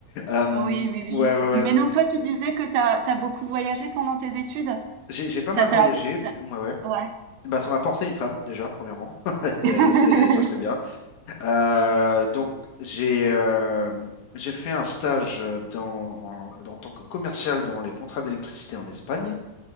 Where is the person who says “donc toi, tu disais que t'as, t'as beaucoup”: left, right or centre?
Right